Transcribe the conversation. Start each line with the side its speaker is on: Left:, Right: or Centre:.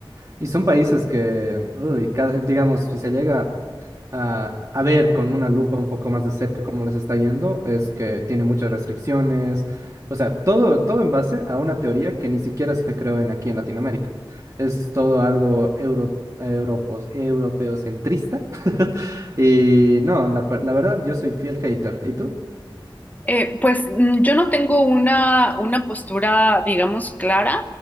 Right: y son países que, uy, cada- digamos, si se llega a, a ver con una lupa un poco más de cerca cómo les está yendo, es que tiene muchas restricciones, o sea, todo, todo en base a una teoría que ni siquiera se creó en aquí en Latinoamérica. Es todo algo euro, europos, europeocentrista. <laughs> Y no, la, per- la verdad, yo soy fiel hater. ¿Y tú?
Left: Eh, pues mm, yo no tengo una, una postura, digamos, clara,